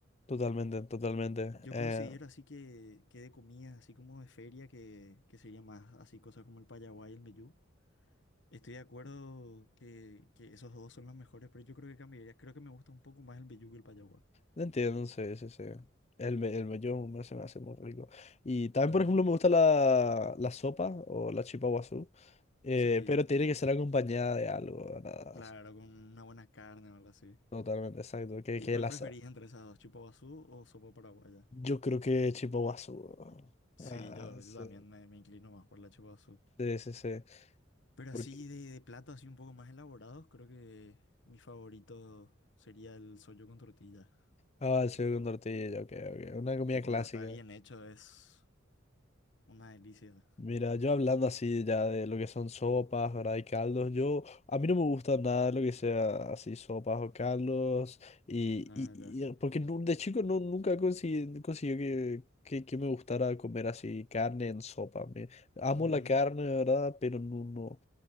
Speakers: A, on the left; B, on the left.
A: Totalmente, totalmente.
B: Yo
A: Eh,
B: considero así que, que de comidas, así como de feria, que, que sería más así cosas como el payaguá y el mbejú. Estoy de acuerdo que, que esos dos son los mejores, pero yo creo que cambiaría. Creo que me gusta un poco más el mbejú que el payaguá.
A: entiendo, sí, sí, sí. El, me- el mello me- se me hace muy rico. Y también,
B: Ujú.
A: por ejemplo, me gusta la, la sopa o la chipa guazú, eh,
B: Sí,
A: pero tiene que ser acompañada de algo, ¿verdad?
B: claro, con una buena carne o algo así.
A: Totalmente, exacto. Que,
B: ¿Y
A: que
B: cuál
A: la,
B: preferís
A: sa-
B: entre esas dos, chupa guazú o sopa paraguaya?
A: yo creo que chipa guazú. weón.
B: Sí,
A: Ah,
B: yo,
A: sí,
B: yo también me, me inclino más por la chupa guazú.
A: sí, sí. sí.
B: Pero
A: Porque,
B: así de, de platos así un poco más elaborados, creo que mi favorito sería el sollo con tortilla.
A: ah, el con tortilla, ok, ok. Una comida
B: Y
A: clásica.
B: cuando está bien hecho es una delicia.
A: Mira, yo hablando así ya de lo que son sopas, ¿verdad? Y caldos, yo, a mí no me gusta nada lo que sea así sopas o caldos, y,
B: La
A: y, y- porque nu- de chico no, nunca conseguí, consiguió que, que, que me gustara comer así carne en sopa. Me, amo
B: verdad.
A: la carne, ¿verdad? Pero no, no,